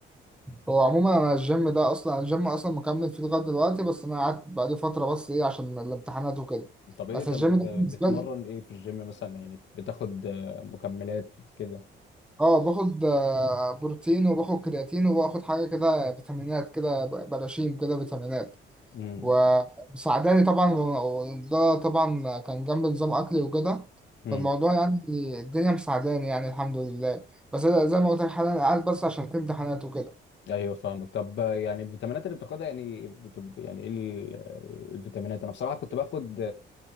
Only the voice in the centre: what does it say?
هو عموما انا الجيم ده اصلا الجيم اصلا مكمل فيه لغايه دلوقتي بس انا قعدت بقالي فتره بس ايه عشان الامتحانات وكده
بس
الجيم ده بالنسبه
لي
اه باخد آه، بروتين وباخد كرياتين وباخد حاجه كده فيتامينات كده ب- براشيم كده فيتامينات
ومساعداني طبعا وده طبعا كان جنب نظام اكلي وكده
فالموضوع يعني الدنيا مساعداني يعني الحمد لله بس أنا زي ما قلت لك حاليا قاعد بس عشان في امتحانات وكده